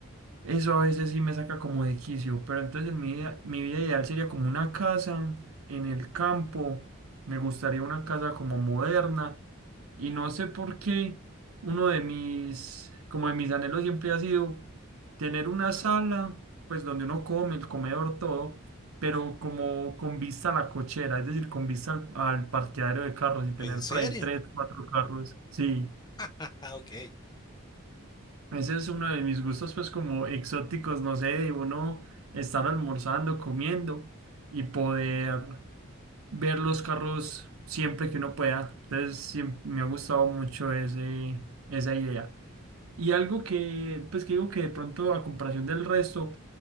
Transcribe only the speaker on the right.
Eso a veces sí me saca como de quicio, pero entonces en mi vida, mi vida ideal sería como una casa en el campo, me gustaría una casa como moderna y no sé por qué uno de mis, como de mis anhelos siempre ha sido tener una sala, pues donde uno come, el comedor, todo, pero como con vista a la cochera, es decir, con vista al, al parqueadero de carros y tener
por ahí tres, cuatro carros, sí.
Ese es uno de mis gustos, pues como exóticos, no sé, de uno estar almorzando, comiendo y poder ver los carros siempre que uno pueda. Entonces, siem- me ha gustado mucho ese, esa idea. Y algo que, pues que digo que de pronto a comparación del resto,